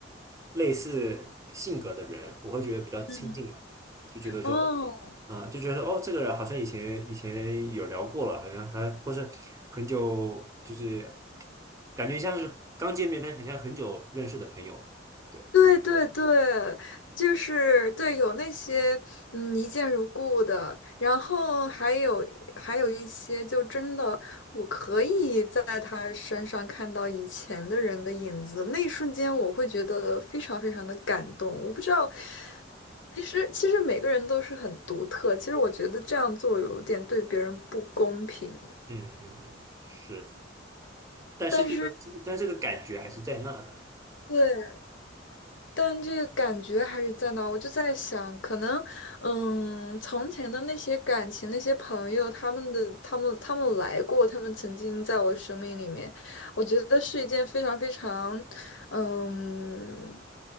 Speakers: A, on the right; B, on the left.
A: 类似性格的人，我会觉得比较亲近吧，
B: 嗯，
A: 就觉得说，
B: 哦，
A: 啊、就觉得说哦，这个人好像以前以前有聊过了，好像还或是很久，就是感觉像是刚见面，但很像很久认识的朋友。对，
B: 对对对，就是对，有那些嗯一见如故的，然后还有还有一些就真的我可以在他身上看到以前的人的影子，那一瞬间我会觉得非常非常的感动。我不知道，其实其实每个人都是很独特，其实我觉得这样做有点对别人不公平。
A: 嗯嗯嗯，是，但是这个但这个感觉还是在那的。
B: 但对，但这个感觉还是在那儿我就在想，可能，嗯，从前的那些感情、那些朋友，他们的、他们、他们来过，他们曾经在我生命里面，我觉得是一件非常非常，嗯，